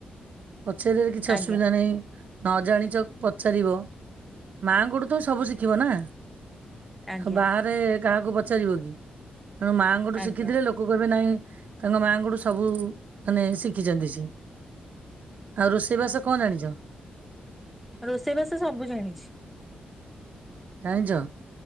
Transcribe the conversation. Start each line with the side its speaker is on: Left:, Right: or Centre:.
Right: ପଚାରିବାରେ କିଛି
Centre: ଆଜ୍ଞା
Right: ଅସୁବିଧା ନାହିଁ। ନ ଜାଣିଚ ପଚାରିବ ମାଆଙ୍କ ଠୁ ତ ସବୁ ଶିଖିବ ନା।
Centre: ଆଜ୍ଞା
Right: ଆଉ ବାହାରେ କାହାକୁ ପଚାରିବ କି ତେଣୁ ମାଆଙ୍କଠୁ ଶିଖିଥିଲେ
Centre: ଆଜ୍ଞା
Right: ଲୋକ। ଲୋକ କହିବେ ନାଇଁ ତାଙ୍କ ମା ଙ୍କଠୁ ସବୁ ମାନେ ଶିଖିଛନ୍ତି ସିଏ। ଆଉ ରୋଷେଇ ବାସ କଁ ଜାଣିଛ।
Centre: ରୋଷେଇ ବାସ ସବୁ ଜାଣିଛି।
Right: ଜାଣିଛ